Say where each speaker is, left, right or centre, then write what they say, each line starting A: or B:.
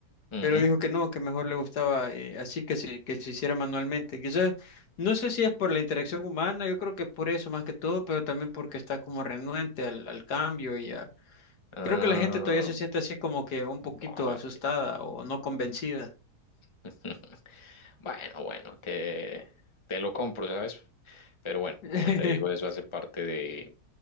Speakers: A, on the left; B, on the left.
A: Ujú.
B: pero dijo que no, que mejor le gustaba eh, así que se, que se hiciera manualmente. Quizás, no sé si es por la interacción humana, yo creo que es por eso más que todo, pero también porque está como renuente al, al cambio y a...
A: Ah,
B: Creo que la gente todavía se siente así como que un poquito
A: vale.
B: asustada o no convencida.
A: <laughs> Bueno, bueno, te, te lo compro, ¿sabes? Pero bueno,
B: <laughs>
A: como te digo, eso hace parte de,